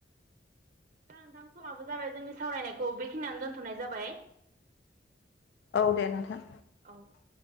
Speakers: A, on the right (about 45°); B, on the left (about 65°).
A: दा नोंथां समाबो जाबाय जोंनि सावरायनायखौ बेखिनियानो दोनथ'नाय जाबाय।
B: औ दे नोंथां।
A: औ